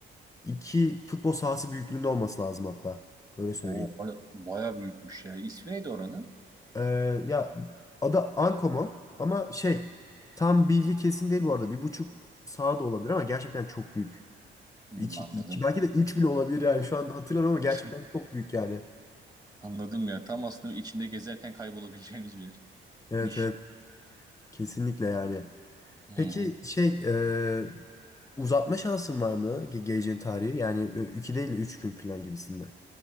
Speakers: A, on the left (about 15°); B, on the right (about 20°).
A: iki futbol sahası büyüklüğünde olması lazım hatta. Öyle söyleyeyim.
B: Oo, baya, baya büyükmüş ya. İsmi neydi oranın?
A: E, ya adı Ankomol ama şey tam bilgi kesin değil bu arada. Bir buçuk saha da olabilir ama gerçekten çok büyük.
B: Hı,
A: İki,
B: anladım.
A: iki, belki de üç bile olabilir yani şu anda hatırlamıyorum ama gerçekten
B: <laughs>
A: çok büyük yani.
B: Anladım ya. Tam aslında içinde gezerken kaybolabileceğimiz bir
A: Evet
B: yermiş.
A: evet kesinlikle yani.
B: Hı hı.
A: Peki şey e, uzatma şansın var mı ge- geleceğin tarihi? Yani e, iki değil de üç gün falan gibisinde.